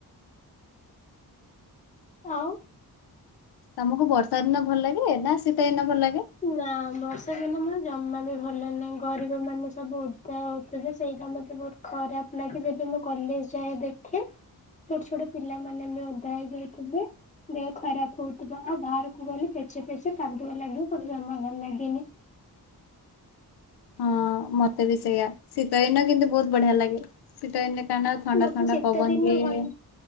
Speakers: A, on the left; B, on the left.
A: ଆଉ।
B: ତମୁକୁ ବର୍ଷା ଦିନ ଭଲ ଲାଗେ ନା ଶୀତ ଦିନ ଭଲ ଲାଗେ?
A: ନା ବର୍ଷା ଦିନ ମୋର ଜମା ବି ଭଲ ନାହିଁ ଗରିବ ମାନେ ସବୁ ଓଦା ହୋଉଥିଲେ ସେଇଟା ମତେ ବହୁତ। ଖରାପ ଲାଗେ ଯଦି ମୁଁ କଲେଜ ଯାଏ ଦେଖେ। ଛୋଟ ଛୋଟ ପିଲାମାନେ ବି ଓଦା ହେଇ ଯାଇଥିବେ। ଦେହ ଖରାପ ହୋଉଥିବ ଆଉ ବାହାରୁକୁ ଗଲେ ଫେଚେ ଫେଚେ କାଦୁଅ ଲାଗିବ ମୋତେ ଯମା ଭଲ ଲାଗେନି।
B: ହଁ ମତେ ବି ସେଇୟା ଶୀତ ଦିନ କିନ୍ତୁ ବହୁତ ବଢିଆ ଲାଗେ। ଶୀତ ଦିନେ କାରଣ ଥଣ୍ଡା
A: ମତେ
B: ଥଣ୍ଡା
A: ଶୀତ
B: ପବନ
A: ଦିନ
B: ଦିଏ।
A: ଭଲ